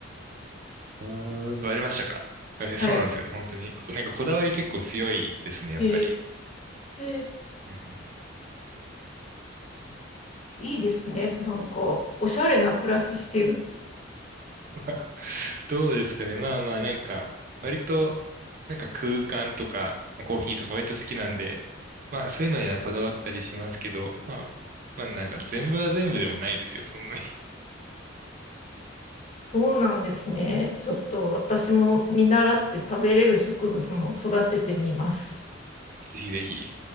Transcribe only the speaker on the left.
はい。
へえ、
いいですね。なんか、おしゃれな暮らししてる。
そうなんですね。ちょっと私も見習って食べれる植物も育ててみます。